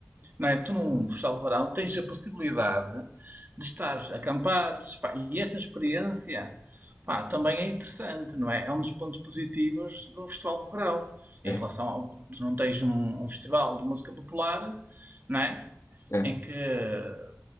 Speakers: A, on the right; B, on the left.
A: não é? Tu num festival de verão tens a possibilidade de estar a acampar, pá, e essa experiência, pá, também é interessante, não é? É um dos pontos positivos do festival de verão. Em
B: É,
A: relação ao, tu não tens um, um festival de música popular, não é?
B: é. é.
A: Em que é,